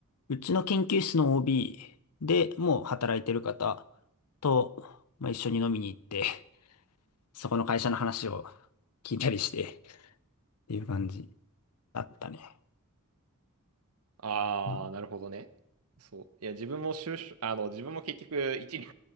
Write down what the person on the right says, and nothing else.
ああ、
なるほどね。そう。いや、自分も就職、あの、自分も結局一流、